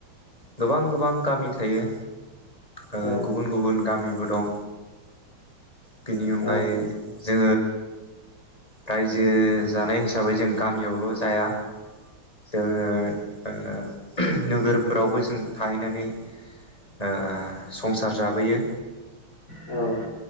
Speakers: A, on the left (about 15°); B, on the left (about 40°).
A: गोबां गोबां गामि थायो। ओ
B: औ
A: गुबुन गुबुन गामिबो दं। बेनि अनगायै
B: औ
A: ओ रायजो जानाय हिसाबै जों गामियावल' जाया। जोङो ओ नोगोरफोरावबो जों थाहैनानै ओ संसार जाबोयो।
B: औ